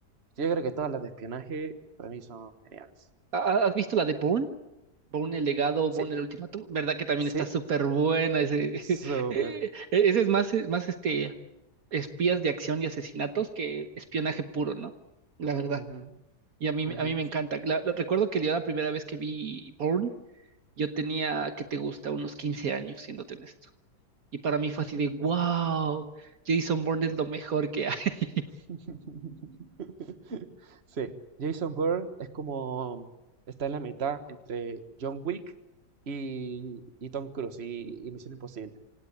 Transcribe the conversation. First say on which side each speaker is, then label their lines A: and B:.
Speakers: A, on the right; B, on the right.
A: Sí, Yo creo que todas las de espionaje para mí son geniales.
B: ¿Ha- ¿Has visto la de Bourne? Bourne el legado,
A: Sí,
B: Bourne el ultimátum, ¿verdad que también
A: sí,
B: está súper buena? Ese,
A: súper.
B: <laughs> eh, ese es más, eh, más este, espías de acción y asesinatos que espionaje puro, ¿no? La verdad.
A: Ujú,
B: Y a mí,
A: ujú.
B: a mí me encanta. La- la- recuerdo que yo la primera vez que vi Bourne, Yo tenía, ¿qué te gusta? Unos 15 años, siéndote honesto. Y para mí fue así de, wow, Jason Bourne es lo mejor que hay. <laughs>
A: <laughs> Sí, Jason Bourne es como está en la mitad entre John Wick y, y Tom Cruise y, y Misión Imposible,